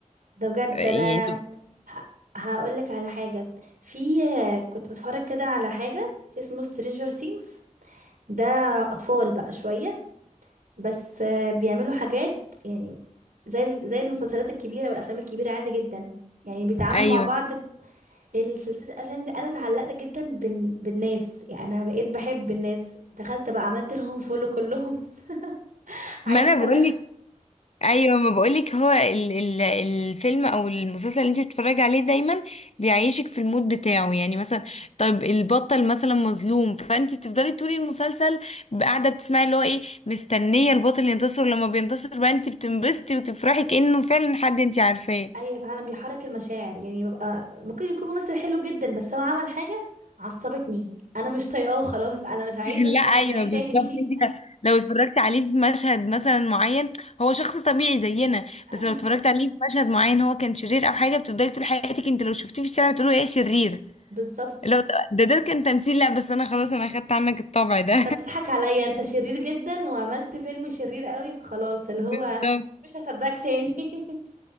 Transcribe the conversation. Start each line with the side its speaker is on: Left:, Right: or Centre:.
Right: ده بجد
Left: يعني
Right: انا ه... هقول لك على حاجه في كنت بتفرج كده على حاجه اسمه سترينجر ثينجز ده اطفال بقى شويه بس بيعملوا حاجات يعني زي زي المسلسلات الكبيره والافلام الكبيره عادي جدا يعني بيتعاملوا
Left: ايوه
Right: مع بعض السلسلة الأفلام دي أنا اتعلقت جدا بال... بالناس يعني أنا بقيت بحب الناس دخلت بقى عملت لهم فولو كلهم <laughs> عايزة
Left: ما انا
Right: أتابعهم
Left: بقولك ايوه ما بقولك هو ال ال الفيلم او المسلسل اللي انت بتتفرجي عليه دايما بيعيشك في المود بتاعه يعني مثلا طيب البطل مثلا مظلوم فانت بتفضلي طول المسلسل قاعده بتسمعي اللي هو ايه مستنيه البطل ينتصر لما بينتصر بقى انت بتنبسطي وتفرحي كانه فعلا حد انت عارفاه
Right: أيوة فعلا بيحرك المشاعر يعني ببقى ممكن يكون ممثل حلو جدا بس هو عمل حاجة عصبتني أنا مش طايقاه خلاص أنا مش عايزة
Left: <laughs>
Right: أتفرج
Left: لا ايوه
Right: عليه
Left: بالظبط
Right: تاني <laughs>
Left: انت لو اتفرجت عليه في مشهد مثلا معين هو شخص طبيعي زينا
Right: أيوة
Left: بس لو اتفرجت عليه في مشهد معين هو كان شرير او حاجه بتفضلي طول حياتك انت لو شفتيه في الشارع تقولي ايه شرير
Right: بالظبط
Left: لو ده ده كان تمثيل لا بس انا خلاص انا اخدت عنك الطبع ده
Right: أنت بتضحك عليا أنت شرير جدا وعملت فيلم شرير قوي فخلاص اللي
Left: <laughs> بالظبط
Right: هو مش هصدقك تاني <laughs>